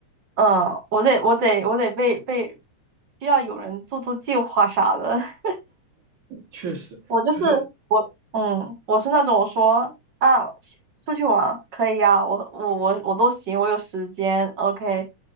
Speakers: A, on the right; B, on the right.
A: 嗯，我得我得我得被被需要有人做做计划啥的。<laughs>
B: 确实。
A: 我就是我，
B: 就是。
A: 嗯，我是那种我说啊，出去玩可以呀、我我我我都行，我有时间，OK，